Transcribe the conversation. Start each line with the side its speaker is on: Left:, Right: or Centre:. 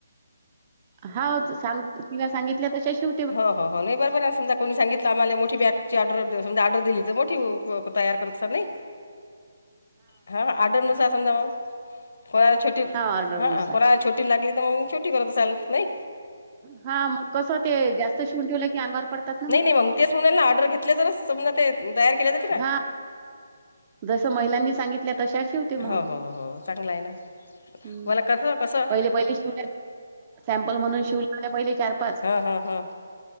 Right: हा सांग तिला सांगितल्या तश शिव
Left: हा हो हो नाही बरंर ना समजा कोणी सांगितलं आम्हाला मोठी बॅगची ऑर्डर द समजा ऑर्डर दिली तर मोठी तयार करत अस नाही <inaudible> हा आर्डरनुसार समजा म कोराट
Right: हा ऑर्डरनुसार
Left: हा कोणा ेट लागली तर मग मी शेवटी करत असाल नाही
Right: हा मग कसं ते जास्त शिवून ठेवलं की अंगावर पडतात
Left: नाही नाही मग तेच म्हणाला ऑर्डर घेतले जच सम ते तयार केले जातील ना
Right: हा जसं महिलांनी सांगितल्या तश शि होते मग
Left: हो हो हो चांगलं आहे ना
Right: हम्म
Left: मला कसं कसं
Right: पहिले पहिले शिवल्या सॅमपल म्हणून शिवल्याल्या पहिले चार पाच
Left: हा, हा, हां.